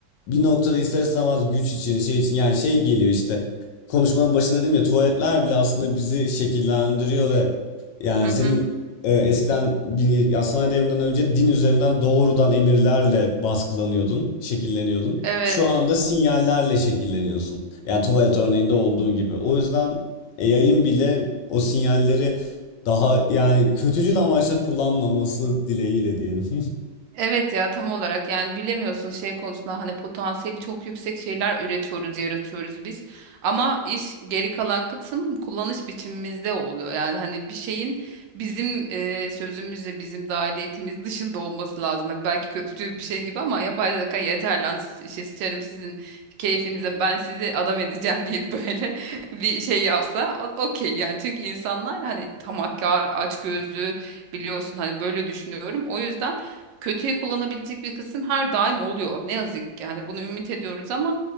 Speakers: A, on the left (about 80°); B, on the right (about 80°).
A: bir noktada ister istemez güç için şey için yani şey geliyor işte konuşmanın başında dedim ya tuvaletler bile aslında bizi şekillendiriyor ve yani
B: Hı hı.
A: senin e, eskiden din- ya sanayi devriminden önce din üzerinden doğrudan emirlerle baskılanıyordun, şekilleniyordun.
B: Evet.
A: Şu anda sinyallerle şekilleniyorsun. Yani tuvalet örneğinde olduğu gibi. O yüzden yayın bile o sinyalleri daha yani kötücül amaçla kullanmaması dileğiyle diyelim.
B: Evet ya tam olarak yani bilemiyorsun şey konusunda hani potansiyeli çok yüksek şeyler üretiyoruz, yaratıyoruz biz. Ama iş geri kalan kısım kullanış biçimimizde oluyor. Yani hani bir şeyin bizim e, sözümüzle bizim dahiliyetimiz dışında olması lazım. Hani belki kötücül bir şey gibi ama yapay zeka yeter lan s- şey sıçarım sizin keyfinize ben sizi adam edeceğim deyip böyle <laughs> bir şey yapsa o- okey yani çünkü insanlar hani tamahkar, açgözlü biliyorsun hani böyle düşünüyorum. O yüzden kötüye kullanabilecek bir kısım her daim oluyor. Ne yazık ki hani bunu ümit ediyoruz ama